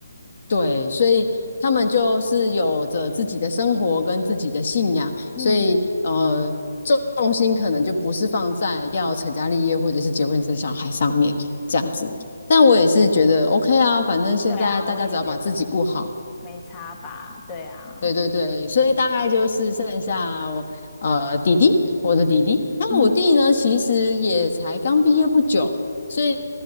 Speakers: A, on the left (about 50°); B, on the left (about 20°).
A: 对，所以他们就是有着自己的生活跟自己的信仰，
B: 嗯，
A: 所以呃，重重心可能就不是放在要成家立业或者是结婚生小孩上面这样子。
B: 懂。
A: 但我也是觉得 OK 啊，反正现在大家只要把自己顾好，
B: 对啊，我也觉得没差吧。对啊，
A: 对对对，所以大概就是剩下我呃弟弟，我的弟弟。那我弟呢，
B: 嗯，
A: 其实也才刚毕业不久，所以